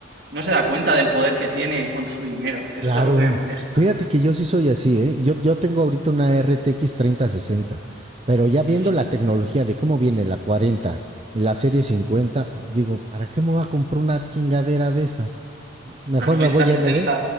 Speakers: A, on the right; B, on the right.
A: no se da cuenta del poder que tiene con su dinero. Eso
B: Claro.
A: es algo que me molesta.
B: Fíjate que yo sí soy así, ¿eh? Yo, yo tengo ahorita una RTX sesenta, pero ya viendo
A: Ujú.
B: la tecnología de cómo viene la 40, la serie 50, digo, ¿para qué me voy a comprar una chingadera de esas? Mejor
A: Una 9070,
B: me voy a AMD.